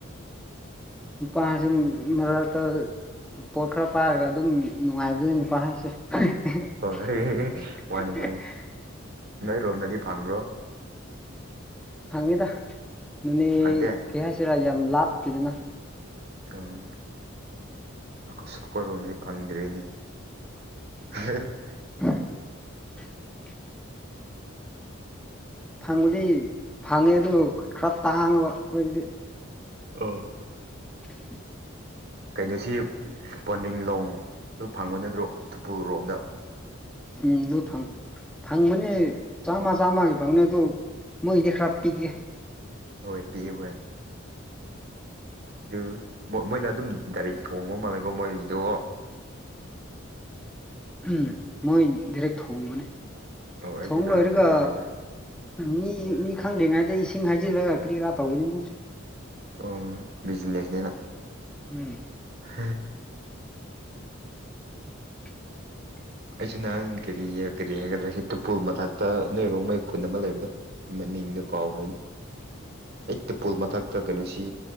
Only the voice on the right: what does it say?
ꯍꯣꯏ ꯃꯥꯅꯤ ꯃꯥꯅꯤ ꯅꯣꯏꯔꯣꯝꯗꯗꯤ ꯐꯪꯕ꯭ꯔꯣ꯫
ꯐꯪꯗꯦ
ꯑꯣ꯫ ꯑꯁ ꯑꯩꯈꯣꯏꯔꯣꯝꯗꯗꯤ ꯐꯪꯗ꯭ꯔ‌ꯦꯅ‌ꯦ꯫ <unintelligible>
ꯑꯣ꯫
ꯀꯩꯅꯣꯁꯤ ꯄꯣꯟꯗꯤꯡ ꯂꯣꯡꯗ ꯐꯪꯕ ꯅꯠꯇ꯭ꯔꯣ ꯇꯨꯄꯨꯜ ꯔꯣꯝꯗ꯫
ꯍꯣꯏ ꯄꯤꯛꯑꫭ ꯍꫭꯏ꯫ ꯗꯨ ꯃꫭꯏ ꯃꯣꯏꯅ ꯑꯗꯨꯝ ꯗꯥꯏꯔꯦꯛ ꯊꯣꯡꯕ ꯃꯥꯜꯂꯦꯀꯣ ꯃꯣꯏꯒꯤꯗꯣ꯫
ꯑꯣ ꯑꯩꯁꯨ
ꯅꯍꯥꯟ
ꯀꯔꯤ ꯍꯥꯏꯒꯗ꯭ꯔꯥ
ꯎꯝ
ꯑꫭ ꯕꯤꯖꯤꯅꯦꯁꯅꯤꯅ꯫
<unintelligible>
ꯑꯩꯁꯨ ꯅꯍꯥꯟ ꯀꯔꯤ ꯀꯔꯤ ꯍꯥꯏꯒꯗ꯭ꯔꯥ ꯁꯤ ꯇꯨꯄꯨꯜ ꯃꯊꯛꯇ ꯅꯣꯏꯔꯣꯡꯃꯩ ꯈꯨꯟ ꯑꯃ ꯂꯩꯕꯗꯣ꯫ ꯃꯤꯡꯗꯣ ꯀꯥꯎꯈ꯭ꯔꯦꯅꯦ꯫ ꯑꯩꯠ ꯇꯨꯄꯨꯜ ꯃꯊꯛꯇ ꯀꯩꯅꯣꯁꯤ